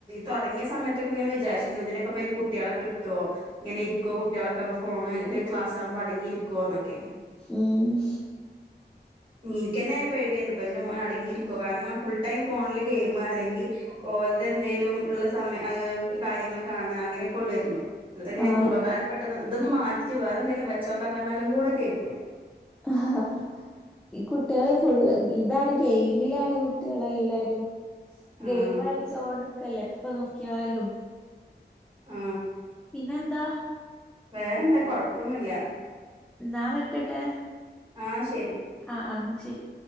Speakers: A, on the right; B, in the centre.
A: തൊടങ്ങിയ സമയത്തൊക്കെ ഇങ്ങനെ വിചാരിച്ചരുന്നു, ഇതിനൊക്കെ ഇപ്പോ കുട്ടികളെ കിട്ടോ, ഇങ്ങനെ ഇരിക്കോ കുട്ടികളൊക്കെ അപ്പൊ ഫോണ് ക്ലാസ് ആകുമ്പോ അടങ്ങിയിരിക്കുവോന്നൊക്കെ.
B: ഉം
A: എനിക്കന്നെ പേടിയാന്നിട്ടോ, എന്റെ മോൻ അടങ്ങിയിരിക്കുവോ കാരണം ഫുൾ ടൈം ഫോണിൽ ഗെയിം അല്ലെങ്കിൽ ഓൽത് എന്തെലും ഉള്ള സമയ കാര്യങ്ങൾ കാണ അങ്ങനെ ക്കൊള്ളാരുന്നു. അല്ലതെങ്ങനെ
B: ആ
A: ഉപകാരപ്പെട്ടത് ഇതൊന്ന് മാറ്റ് വേറെന്തെങ്കിലും വെച്ചോക്കാന്ന് പറഞ്ഞാലും കൂടെ കേൾക്കൂല.
B: ആ ഈ കുട്ട്യേള് ഫുള്ള്, ഇതാണ് ഗെയിമിലാണ് കുട്ട്യേള് എല്ലാരും.
A: ആഹ്
B: ഗെയിം കളിച്ചോണ്ട് നിക്കല്ലേ എപ്പ നോക്കിയാലും
A: ആ
B: പിന്നെന്താ
A: വേറെന്താ കൊഴപ്പൊന്നുല്ല.
B: ന്നാ വെക്കട്ടെ,
A: ആഹ് ശരി
B: ആ ആ എന്നാ ശരി.